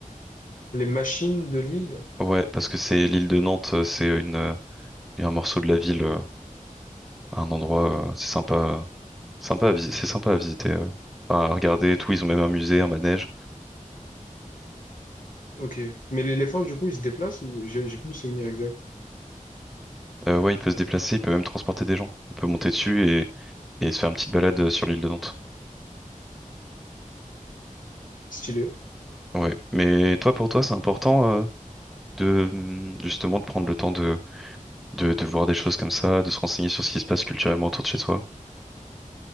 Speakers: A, on the left (about 70°); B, in the centre.
A: Les machines de l'île?
B: Ouais, parce que c'est l'île de Nantes, euh, c'est une euh, un morceau de la ville, euh, un endroit, euh, c'est sympa, euh, sympa à visiter, c'est sympa à visiter, euh. Enfin, à regarder et tout. Ils ont même un musée, un manège.
A: Ok. Mais l'éléphant, du coup, il se déplace ou j'ai j'ai plus le souvenir exact?
B: Euh, ouais, il peut se déplacer, il peut même transporter des gens. On peut monter dessus et et se faire une petite balade euh, sur l'île de Nantes.
A: Stylé.
B: Ouais. Mais toi, pour toi, c'est important euh, de hum, justement de prendre le temps de, de de voir des choses comme ça, de se renseigner sur ce qui se passe culturellement autour de chez soi.